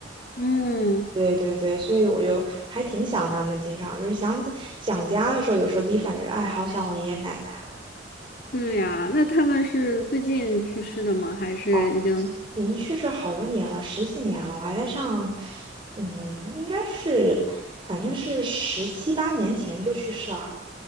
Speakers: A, on the left; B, on the right.
A: 嗯，
B: 对对对，所以我就还挺想他们，经常就是想起想家的时候，有时候第一反应就是，哎，好想我爷爷奶奶
A: 是呀，那他们是最近去世的吗？还是已经？
B: 哦，已经去世好多年了，十几年了，我还在上，嗯，应该是，反正是十七八年前就去世了。